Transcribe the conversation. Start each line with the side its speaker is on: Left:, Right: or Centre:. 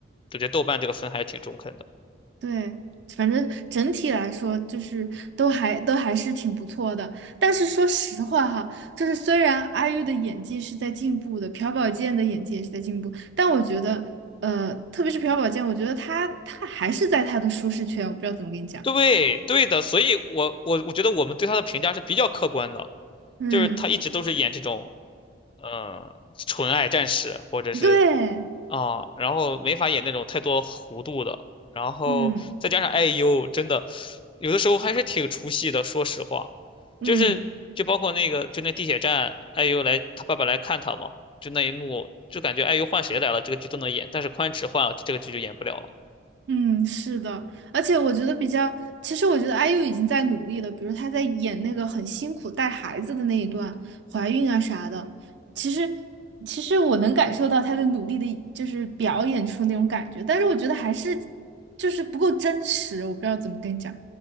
Left: 我觉得豆瓣这个分还是挺中肯的。
Right: 对，反正整体来说就是都还都还是挺不错的。但是说实话哈，就是虽然阿 u 的演技是在进步的，朴宝剑的演技也是在进步，但我觉得，呃，特别是朴宝剑，我觉得他他还是在他的舒适圈，我不知道怎么跟你讲。
Left: 对对的，所以我我我觉得我们对他的评价是比较客观的，
Right: 嗯，
Left: 就是他一直都是演这种，呃，纯爱战士或者是
Right: 对，
Left: 啊、然后没法演那种太多弧度的，然后再加上
Right: 嗯
Left: IU，真的有的时候还是挺出戏的，说实话，
Right: 嗯。
Left: 就是就包括那个就那地铁站，IU 来他爸爸来看他嘛，就那一幕，就感觉 IU 换谁来了，这个剧都能演，但是宽尺换了，这个剧就演不了了。
Right: 嗯，是的，而且我觉得比较，其实我觉得 IU 已经在努力了，比如她在演那个很辛苦带孩子的那一段，怀孕啊啥的，其实其实我能感受到她的努力的，就是表演出那种感觉，但是我觉得还是就是不够真实，我不知道怎么跟你讲，